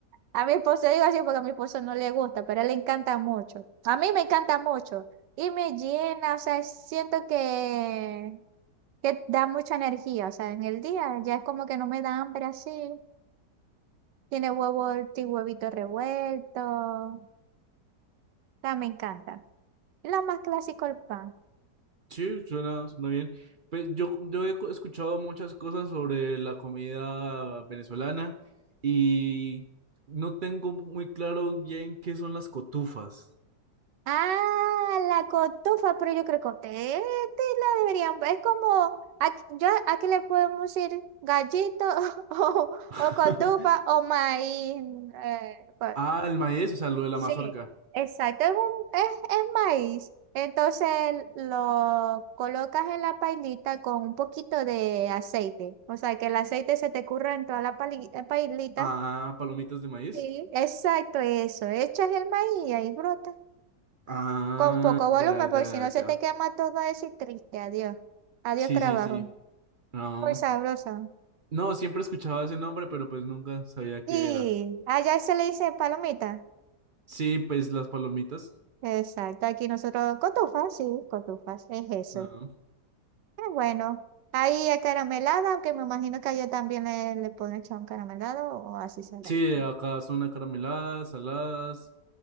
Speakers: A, on the right; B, on the right.
A: A mi esposo, digo así porque a mi esposo no le gusta, pero a él le encanta mucho. A mí me encanta mucho y me llena, o sea, siento que, que da mucha energía, o sea, en el día ya es como que no me da hambre así. Tiene huevo, ti- huevito revuelto, o sea, me encanta. Y lo más clásico, el pan.
B: Sí, suena, suena bien. Pues yo, yo he co- escuchado muchas cosas sobre la comida venezolana y no tengo muy claro bien qué son las cotufas.
A: Ah, la cotufa, pero yo creo que ustedes la deberían. Es como, aquí, yo, aquí le podemos decir gallito <laughs> o,
B: <laughs>
A: o cotufa o maíz. eh, bueno,
B: Ah, el maíz, o sea, lo de la
A: sí,
B: mazorca.
A: exacto, es, un, es, es maíz. Entonces lo colocas en la pailita con un poquito de aceite. O sea, que el aceite se te curra en toda la pali- pailita.
B: Ah, palomitas de maíz.
A: Sí, exacto, eso. Echas el maíz y ahí brota.
B: Ah,
A: Con poco volumen,
B: ya,
A: porque
B: ya,
A: si no se
B: ya.
A: te quema todo eso y triste. Adiós. Adiós,
B: Sí,
A: trabajo.
B: sí, sí. No,
A: Muy sabroso.
B: no, siempre escuchaba ese nombre, pero pues nunca sabía qué
A: Y
B: era.
A: allá se le dice palomita.
B: Sí, pues las palomitas.
A: Exacto. Aquí nosotros, cotufas, sí, cotufas. Es eso.
B: Ah.
A: Es bueno. Ahí es caramelada, aunque me imagino que allá también le, le pueden echar un caramelado o así saladita.
B: Sí, acá son acarameladas, saladas.